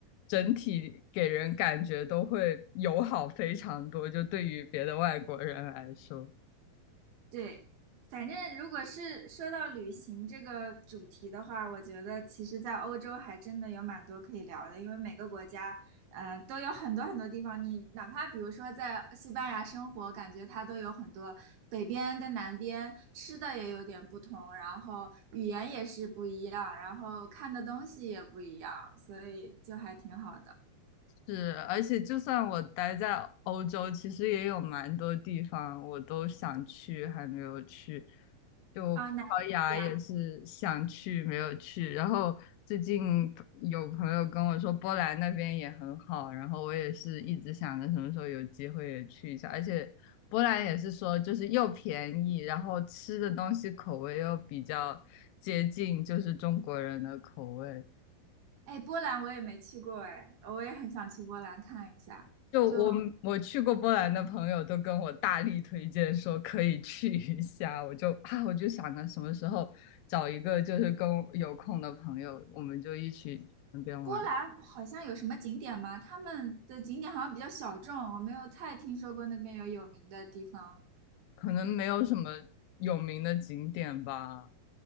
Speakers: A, on the left; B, on the right.
A: 整体给人感觉都会友好非常多，就对于别的外国人来说。
B: 对，反正如果是说到旅行这个主题的话，我觉得其实，在欧洲还真的有蛮多可以聊的，因为每个国家，呃，都有很多很多地方。你哪怕比如说在西班牙生活，感觉它都有很多北边跟南边吃的也有点不同，然后语言也是不一样，然后看的东西也不一样，所以就还挺好的
A: 是，而且就算我待在欧洲，其实也有蛮多地方我都想去，还没有去。就葡萄牙也是想去，
B: 啊。哪里呀？
A: 没有去。然后最近有朋友跟我说波兰那边也很好，然后我也是一直想着什么时候有机会也去一下。而且波兰也是说就是又便宜，然后吃的东西口味又比较接近就是中国人的口味。
B: 哎，波兰我也没去过，哎，我也很想去波兰看一下。
A: 就我我去过波兰的朋友都跟我大力推荐说可以去一下，
B: 就
A: 我就啊我就想着什么时候找一个就是跟我有空的朋友，我们就一起去那边玩。
B: 波兰好像有什么景点吗？他们的景点好像比较小众，我没有太听说过那边有有名的地方。
A: 可能没有什么有名的景点吧。